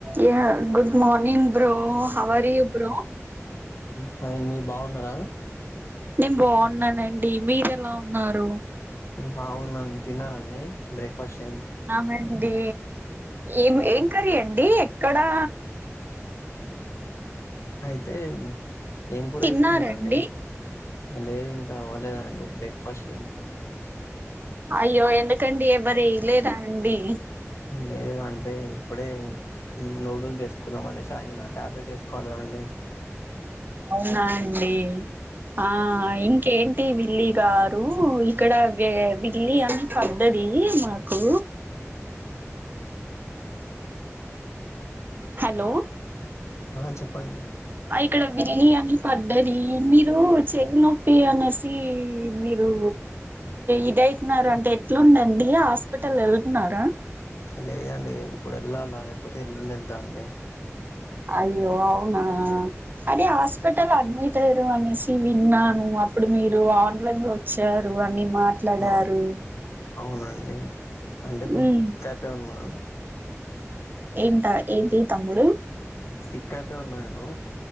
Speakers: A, on the right; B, on the left.
A: య good morning bro how are you bro
B: fine మీరు బాగున్నారా
A: నేను బాగున్నానండి మీరు ఎలా ఉన్నారు
B: బాగున్నాను తిన్నారా అండి బ్రేక్ ఫాస్ట్
A: ఆమెది ఏం ఏం కర్రీ అండి ఎక్కడా
B: అయితే ఏం కూర
A: తిన్నారండి
B: వేసుకున్నారండి లేదు ఇంకా అవ్వలేదండి బ్రేక్ ఫాస్ట్
A: అయ్యో ఎందుకండి ఎవరు లేదా అండి
B: లేదు అంటే ఇప్పుడే నూడుల్స్ వేసుకుందాం అనేసి ఆగిందంట టాబ్లెట్ వేసుకోవాలి కానీ అన్ని
A: అవునా అండి ఆ ఇంకేంటి వి ల్లీ గారు ఇక్కడ బిల్లీ అని పడ్డది మాకు హలో
B: ఆ చెప్పండి
A: ఇక్కడ బిర్యానీ పడ్డది మీరు చెయ్యి నొప్పి అనేసి మీరు ఇద అవుతున్నారు అంటే ఎట్లుందండి ఆస్ హాస్పిటల్ వెళ్తున్నారా
B: లేదండి ఇప్పుడు వెళ్ళాలా లేకపోతే ఎల్లుండి వెళ్తా అండి
A: అయ్యో అవునా అదే హాస్పిటల్ అడ్మిట్ అయిరు అనేసి విన్నా ను అప్పుడు మీరు ఆన్లైన్ లో వచ్చారు అన్ని మాట్లాడారు
B: అవును అవునండి అంటే కొంచెం
A: ఉమ్
B: చేపే ఉన్నా
A: ఏంట ఆ ఏంటి తమ్ముడు
B: తిక్కతో ఉన్నాను